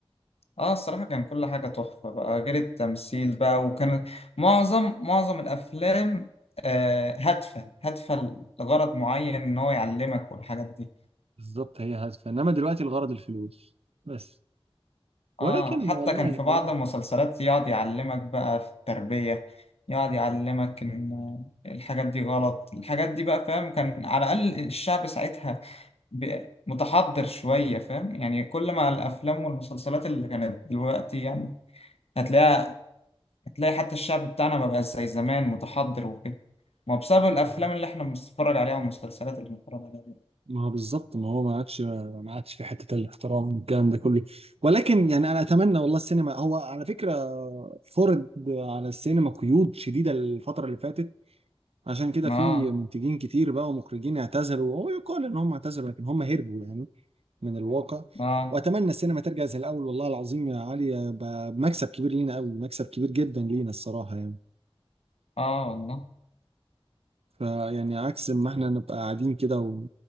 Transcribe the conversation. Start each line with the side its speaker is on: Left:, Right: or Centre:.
Left: اه الصراحة كان كل حاجة تحفة بقى غير التمثيل بقى وكانت معظم معظم الأفلام آه هادفة هادفة لغرض معين إن هو يعلمك والحاجات دي
Right: بالظبط هي هادفه انما دلوقتي الغرض الفلوس بس ولكن
Left: اه حتى
Right: والله
Left: كان في بعض
Right: والله
Left: المسلسلات يقعد يعلمك بقى في التربية يقعد يعلمك إن الحاجات دي غلط الحاجات دي بقى فاهم كان على الأقل الشعب ساعتها ب- متحضر شوية فاهم يعني كل ما الأفلام والمسلسلات اللي كانت دلوقتي يعني هتلاقيها هتلاقي حتى الشعب بتاعنا ما بقاش زي زمان متحضر وكده ما هو بسبب الافلام
Right: بالظبط.
Left: اللي احنا بنتفرج عليها والمسلسلات اللي بنتفرج عليها دي.
Right: ما هو بالظبط ما هو ما عادش ما عادش في حته الاحترام والكلام ده كله ولكن يعني انا اتمنى والله السينما هو على فكره فرض على السينما قيود شديده الفتره اللي فاتت عشان كده
Left: اه
Right: في منتجين كتير بقى ومخرجين اعتزلوا هو يقال ان هم اعتزلوا لكن هم هربوا يعني من الواقع
Left: اه
Right: واتمنى السينما ترجع زي الاول والله العظيم يا علي ب- مكسب كبير لينا قوي مكسب كبير جدا لينا الصراحه يعني
Left: اه والله
Right: فيعني عكس ما احنا نبقى قاعدين كده و...